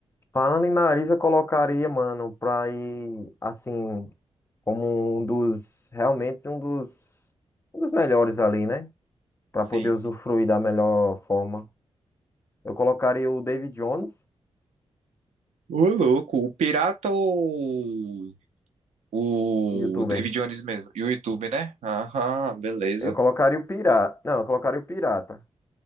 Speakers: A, on the left; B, on the right.
A: Falando em nariz, eu colocaria, mano, pra ir, assim, como um dos, realmente um dos, um dos melhores ali, né? para
B: Sim,
A: poder usufruir
B: sim.
A: da melhor forma. Eu colocaria o David Jones,
B: Ô, louco, o pirata ou o
A: o youtuber.
B: David Jones mesmo? E o YouTube, né? Aham, beleza.
A: Eu colocaria o pirata. Não, eu colocaria o pirata.